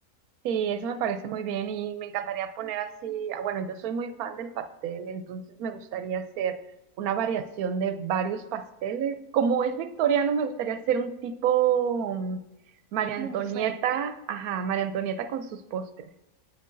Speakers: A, on the right; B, on the right.
A: Sí, eso me parece muy bien y me encantaría poner así, ah, bueno, yo soy muy fan del pastel, entonces me gustaría hacer una variación de varios pasteles. Como es victoriano, me gustaría hacer un tipo mm, María
B: como
A: Antonieta,
B: un buffet.
A: ajá, María Antonieta con sus postres.